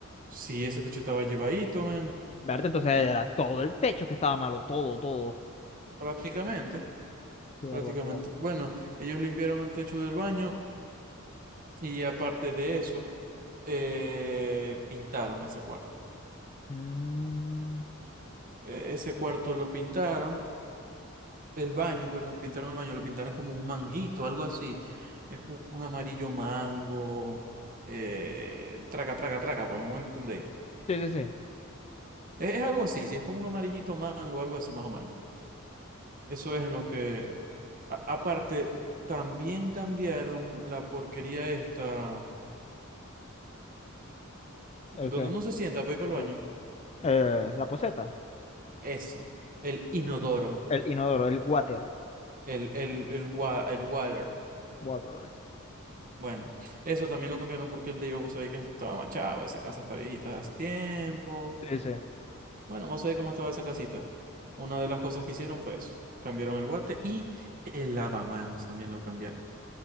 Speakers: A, on the right; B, on the left.
A: Sí, ese techo estaba llevadito, men.
B: Verte, entonces
A: Y
B: era todo el techo que estaba malo, todo, todo.
A: prácticamente,
B: Qué barbaridad.
A: prácticamente. Bueno, ellos limpiaron el techo del baño y aparte de eso, eh, pintaron ese cuarto.
B: Mm,
A: E- ese cuarto lo pintaron, el baño, perdón, pintaron el baño, lo pintaron como un manguito, algo así. Es un un amarillo mango, eh, traca, traca, traca, pues no me entendéis.
B: Sí, sí, sí.
A: Es, es algo así, si es como un amarillito mango, algo así más o menos. Eso es en lo que, a- aparte, también cambiaron la porquería esta
B: ¿El
A: donde
B: qué?
A: uno se sienta para ir para
B: ¿El
A: el baño,
B: qué? Eh, la poseta.
A: eso, el inodoro,
B: El inodoro, el water.
A: el, el, el, wa- el water.
B: Water.
A: Bueno, eso también lo cambiaron porque el de yo, vos sabéis que estaba manchado, esa casa está viejita desde hace tiempo.
B: Sí, sí.
A: Bueno, vos sabéis cómo estaba esa casita. Una de las cosas que hicieron fue eso, cambiaron el guate y el lavamanos también lo cambiaron.